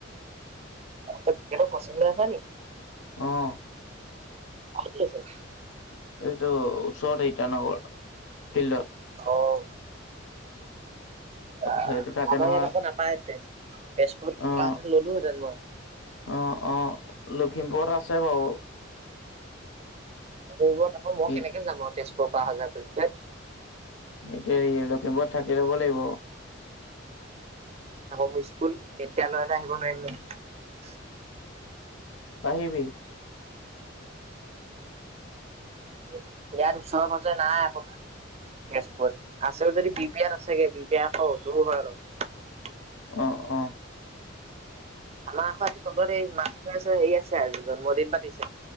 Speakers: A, on the right; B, on the left.
A: অ তই কচিং লৈ আছ নি
B: অহ।
A: ক'ত লৈছ?
B: এইটো ওচৰতে ইটানগৰ ফিল্ডত।
A: অহ। বা'
B: সেইটো থাকে
A: আমাৰ
B: নহয়
A: ইয়াত একো নাপায়। তেজ তেজপুৰত পুৱা
B: অ',
A: হেতেন ললো হেতেন মই।
B: অ অ লখিমপুৰত আছে বাও।
A: লখিমপুৰত আকৌ মই
B: ই
A: কেনেকৈ জাম আও তেজপুৰ কৰ পৰা অহা যোৱা কৰিম ধেট।
B: সেইটোৱে লখিমপুৰত থাকি ল'ব লাগিব।
A: আমাৰ স্কুল বিদ্যালয়লৈ আহিব নোৱাৰিম ন?
B: পাৰিবি।
A: ইয়াৰ ওচৰে পাজৰে নাই আকৌ তেজপুৰত। আছেও যদি বি পিয়াত আছেগে বি পিয়াত আকৌ দূৰ হয় অলপ।
B: অ অ
A: আমাৰ আকৌ আজি তলত এই মাছ খোৱাইচে। হেৰি আছে আজি জন্মদিন পাতিছে।